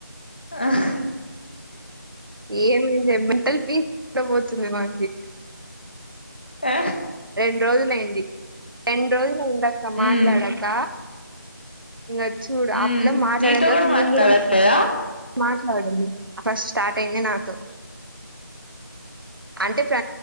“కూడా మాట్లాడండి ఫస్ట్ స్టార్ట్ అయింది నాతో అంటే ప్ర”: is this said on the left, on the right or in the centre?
Right